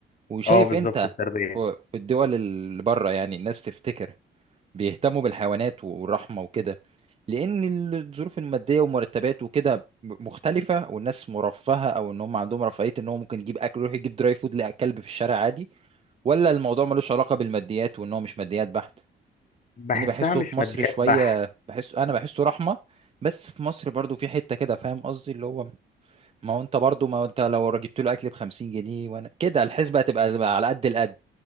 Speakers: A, on the right; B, on the left.
A: وشايف
B: اه بالظبط
A: انت
B: التربية
A: في في الدول اللي بره يعني الناس تفتكر بيهتموا بالحيوانات والرحمة وكده لأن الظروف المادية والمرتبات وكده مختلفة والناس مرفهة أو إن هم عندهم رفاهية إن هو ممكن يجيب أكل يروح يجيب دراي فود لكلب في الشارع عادي ولا الموضوع ملوش علاقة بالماديات وإن هو مش ماديات بحت
B: بحسها
A: يعني بحسه
B: مش
A: في مصر
B: ماديات
A: شوية
B: بحت
A: بحس أنا بحسه رحمة بس في مصر برضو في حتة كده فاهم قصدي اللي هو ما هو أنت برضو ما هو أنت لو جبت له أكل بخمسين جنيه وأنا كده الحسبة هتبقى على قد القد